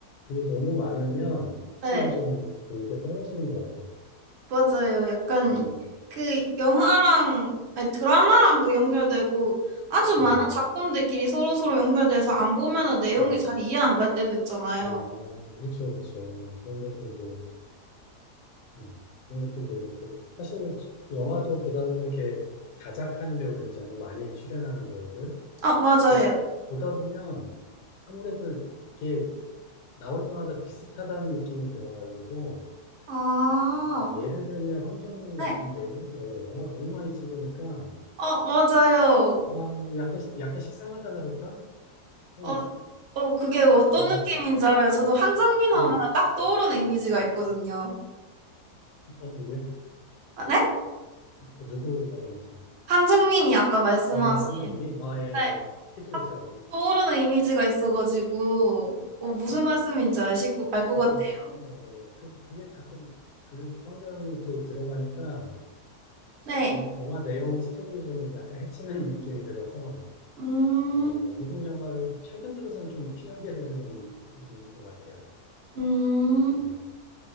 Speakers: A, on the left; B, on the right.
A: 그게 너무 많으면 확실히
B: 네.
A: 좀 그게 떨어지는 것 같아요.
B: 맞아요. 약간
A: 음,
B: 그 영화랑 아니, 드라마랑도 연결되고 아주 많은
A: 음,
B: 작품들끼리 서로서로 연결돼서 안 보면은 내용이
A: 음.
B: 잘 이해 안 갈 때도 있잖아요.
A: 아, 그렇죠, 그렇죠. 그런 것들도. 음, 그런 것도 더 그렇고. 사실 영화도 보다 보면 이렇게 다작하는 배우들 있잖아요. 많이 출연하는 배우들.
B: 아, 맞아요.
A: 또 보다 보면 아무래도 이게 나올 때마다 비슷하다는 느낌이 들어가지고,
B: 아,
A: 어, 예를 들면 황정민
B: 네.
A: 같은 배우, 어, 영화 너무 많이 찍으니까,
B: 어, 맞아요.
A: 아, 뭐 약간, 약간 식상하다 그럴까? 좀,
B: 어, 어, 그게 어떤
A: 어,
B: 느낌인지 알아요. 저도 황정민 하면
A: 예,
B: 딱 떠오르는 이미지가 있거든요.
A: 어, 누구요?
B: 아, 네?
A: 어, 누구라고 말씀요
B: 황정민이 아까 말씀하신
A: 아, 황정민? 아, 예.
B: 네,
A: 그쵸,
B: 딱
A: 그쵸.
B: 떠오르는 이미지가 있어가지고 어, 무슨
A: 예.
B: 말씀인지 알실 거- 알것
A: 예,
B: 같아요.
A: 예. 그, 그게 자꾸 그 편견이 또 들어가니까
B: 네.
A: 이 영화 내용 스토리 좀 약간 해치는 느낌이 들어서
B: 음,
A: 어, 미국 영화를 최근 들어서는 좀 피하게 되는 것 같아요.
B: 음,
A: 음.